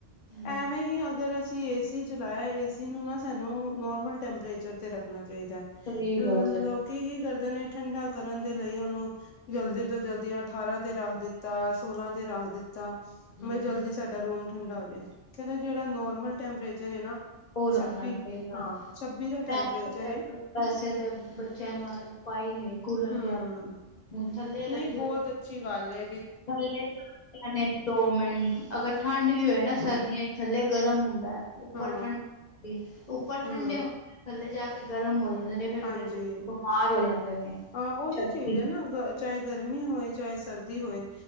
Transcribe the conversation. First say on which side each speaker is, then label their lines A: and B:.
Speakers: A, on the left; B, on the left.
A: ਹੂੰ
B: ਐਵੇਂ ਹੀ ਅਗਰ ਤੁਸੀਂ ਏ ਸੀ ਚਲਾਇਆ ਏਸੀ ਨੂੰ ਨਾ ਸਾਨੂੰ ਨੋਰਮਲ ਟੈਂਪਰੇਚਰ ਤੇ ਰੱਖਣਾ। ਚਾਹੀਦਾ
A: ਸਹੀ
B: ਅ
A: ਗੱਲ ਹੈ
B: ਲੋਕੀ ਕੀ ਕਰਦੇ ਨੇ ਠੰਢਾ ਕਰਨ ਦੇ ਲਈ ਉਹਨੂੰ ਜਲਦੀ
A: ਹੂੰ,
B: ਤੋਂ ਅਠਾਰਾਂ ਤੇ ਰੱਖ ਦਿੱਤਾ ਸੋਲਾਂ ਤੇ ਰੱਖ ਦਿੱਤਾ
A: ਹੂੰ
B: ਵੀ ਜਲਦੀ ਸਾਡਾ ਰੂਮ ਠੰਡਾ ਹੋਜੇ। ਕਹਿੰਦੇ ਜਿਹੜਾ ਨੋਰਮਲ ਟੈਂਪਰੇਚਰ ਐ ਨਾ
A: ਓ ਰੱਖਣਾ
B: ਛੱਬੀ
A: ਚਾਹੀਦਾ।
B: ਹਾਂ ਛੱਬੀ ਦਾ
A: ਮੈਂ
B: ਟੈਂਪਰੇਚਰ
A: ਤੇ
B: ਏ
A: ਵੈਸੇ ਤੇ ਬੱਚਿਆਂ ਨੂੰ ਆਦਤ ਪਾਈ ਨੀ ਹੋਈ ਕੂਲਰ
B: ਹੂੰ
A: ਦੀ ਆਦਤ। ਹੁਣ ਥੱਲੇ ਲੱਗੇ
B: ਨਹੀਂ, ਬਹੁਤ
A: ਹੋਏ
B: ਅੱਛੀ ਗੱਲ ਐ।
A: ਥੱਲੇ ਚ ਨੇ ਦੋ ਮਿੰਟ ਅਗਰ ਠੰਡ ਵੀ ਹੋਏ ਨਾ ਸਰਦੀਆਂ ਥੱਲੇ ਗਰਮ ਹੁੰਦਾ। ਉੱਪਰ
B: ਹਾਂ
A: ਠੰਡ ਹੁੰਦੀ ਉੱਪਰ
B: ਹਾਂ
A: ਠੰਡੇ ਹੁੰਦੀ ਥੱਲੇ ਜਾ ਕੇ ਤੇ ਗਰਮ ਹੋ ਜਾਂਦੇ ਨੇ ਫੇਰ
B: ਹਾਂਜੀ
A: ਮੇਰੇ ਬੱਚੇ ਬਿਮਾਰ ਹੋ ਜਾਂਦੇ ਨੇ
B: ਹਾਂ ਉਹੀ
A: <unintelligible>
B: ਚੀਜ਼ ਹੈ ਨਾ ਚਾਹੇ ਗਰਮੀ ਹੋਏ ਚਾਹੇ ਸਰਦੀ ਹੋਏ